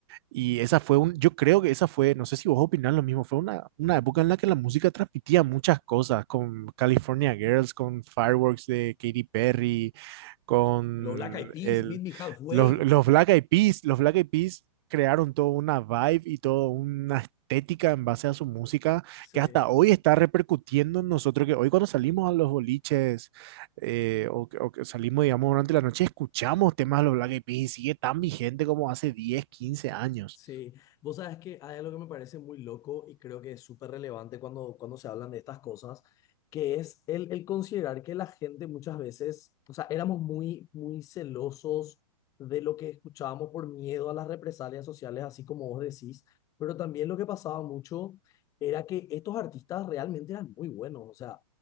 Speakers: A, on the right; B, on the left.
A: Y esa fue un, yo creo que esa fue, no sé si vos opinás lo mismo, fue una, una época en la que la música transmitía muchas cosas, con California Girls, con Fireworks de Katy Perry, con
B: Los Black Eyed Peas,
A: el,
B: Meet Me Halfway,
A: los, los Black Eyed Peas, los Black Eyed Peas crearon toda una vibe y toda una estética en base a su música
B: sí.
A: que hasta hoy está repercutiendo en nosotros, que hoy cuando salimos a los boliches eh, o, que- o que salimos, digamos, durante la noche, escuchamos temas de los Black Eyed Peas y sigue tan vigente como hace 10 15 años.
B: Sí, vos sabes que hay algo que me parece muy loco y creo que es súper relevante cuando, cuando se hablan de estas cosas, que es el, el considerar que la gente muchas veces, o sea, éramos muy, muy celosos de lo que escuchábamos por miedo a las represalias sociales, así como vos decís, pero también lo que pasaba mucho era que estos artistas realmente eran muy buenos, o sea,